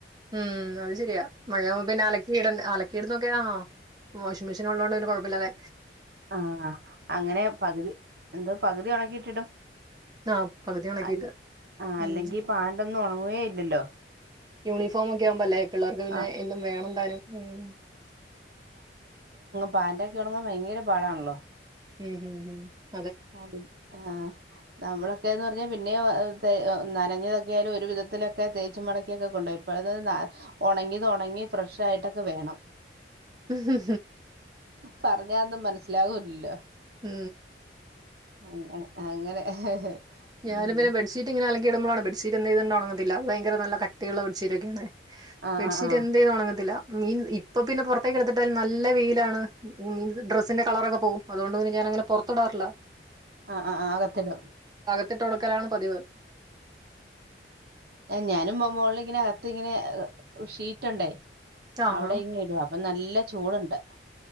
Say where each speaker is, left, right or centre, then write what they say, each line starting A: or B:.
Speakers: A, on the right; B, on the right.
A: ഉം അത് ശരിയാ മഴാവുമ്പോ പിന്നെ അലക്കി ഇടണ്ടേ അല കീട് നോക്കേ <unintelligible> വാഷിംഗ് മെഷീൻ ഉള്ളോണ്ട് പിന്നെ കൊഴപ്പില്ലല്ലെ?
B: ആ അങ്ങനെ പകുതി എന്താ പകുതി ഉണക്കിയിട്ടിട്ടും.
A: ആ പകുതി ഉണക്കിയിട്ട്
B: അല്ല ആ അല്ലെങ്കി
A: ഉം
B: പാന്റെ ന്നും ഉണങ്ങുവേ ഇല്ലല്ലോ?
A: യൂണിഫോമൊക്കെയാവുബല്ലേ? പിള്ളേർക്ക് പിന്നെ
B: ആഹ്
A: എന്നും വേണന്താനും ഉം
B: പാന്റൊ ക്കെ ഉണങ്ങാൻ ഭയങ്കര പാടാണല്ലോ?
A: ഹു ഹു
B: ആ ടീം ആ നമ്മളൊക്കെന്ന് പറഞ്ഞാ പിന്നെ തേ നനഞ്ഞതൊക്കെയാലും ഒരു വിധത്തിലൊക്കെ തേച്ചുമടക്കിയൊക്കെ കൊണ്ടോ ഇപ്പൊ <unintelligible> ഉണങ്ങിത് ഉണങ്ങി ഫ്രഷ് ആയിട്ടൊക്കെ വേണം.
A: ഹിഹി
B: പറഞ്ഞാന്നും മനസ്സിലാവൂല്ലല്ലോ.
A: മ്
B: അങ്ങ അങ്ങനെ
A: ഞാന്
B: ഉം
A: പിന്നെ ബെ ഡ്ഷീറ്റ് ഇങ്ങെനെ അലക്കിടുമ്പോഴാണ് ബെഡ് ഷീറ്റ് എന്ത് ചെയ്താലും ഉണങ്ങത്തില്ല ഭയങ്കര നല്ല കട്ടിയുള്ള ബെ ഡ്ഷീറ്റ് ഒക്കെയാണ്.
B: ആഹ്
A: ബെഡ്ഷീറ്റ്
B: ആഹ് ആഹ്
A: എന്ത് ചെയ്ത ഒണങ്ങത്തില്ല. മീൻ ഇപ്പൊ പിന്നെ പുറത്തേക്ക് എടുത്തിട്ടാൽ നല്ല വെയിലാണ് മീൻസ് ഡ്രസ്സിന്റെ കളറൊക്കെ പോവും അതുകൊണ്ട് പിന്നെ ഞാൻ അങ്ങനെ പുറത്തിടാറില്ല.
B: ആ ആ അകത്തിടും.
A: ത്തിട്ട് ഒണക്കലാണ് പതിവ്.
B: ആ ഞാനും മോള്ല്ങ്ങനെ അകത്ത് ങ്ങനെ ഉ ഷീറ്റുണ്ടേ
A: ആഹാ
B: അവിടെ ഇങ്ങനെ ഇടുവാ അപ്പൊ നല്ല ചൂടുണ്ട്.